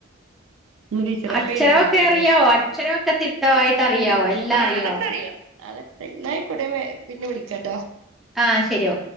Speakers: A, on the right (about 70°); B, in the centre.
A: ഇന്ന് ടീച്ചറോ
B: അക്ഷരവൊക്കെ
A: അപ്പൊ എഴുതാണ്ടാവൂലല്ലേ
B: അറിയാവൊ? അക്ഷരവൊക്കെ തിട്ടവായിട്ട് അറിയാവൊ. എല്ലാം
A: ആഹ്
B: അറിയൊ?
A: അതൊക്കെ അറിയാം അതൊക്കെ. ന്നാ അയ്ക്കോട്ടെ പിന്നെ വിളിക്കട്ടൊ.
B: ആഹ് ശെരി ഓ